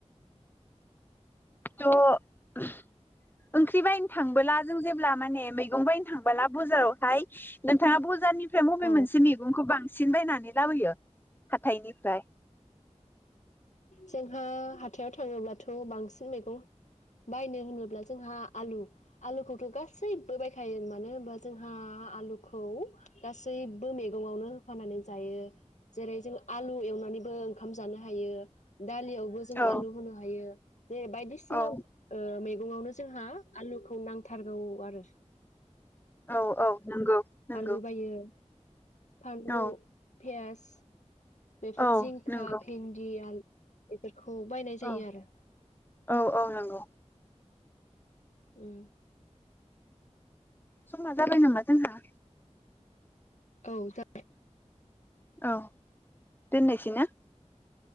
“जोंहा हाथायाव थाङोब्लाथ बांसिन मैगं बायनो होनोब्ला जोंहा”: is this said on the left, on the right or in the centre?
Left